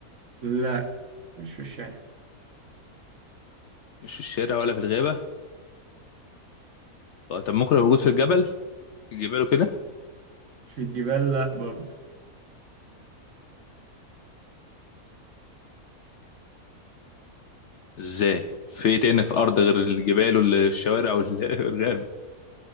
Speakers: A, on the right; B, on the left.
A: لا مش في الشارع
B: مش في الشارع ولا في الغابة طب طب ممكن يبقى موجود في الجبل في الجبال وكده
A: في الجبال لا برضه
B: ازاي في ايه تاني في أرض غير الجبال والشوارع وال- <laughs> والغابة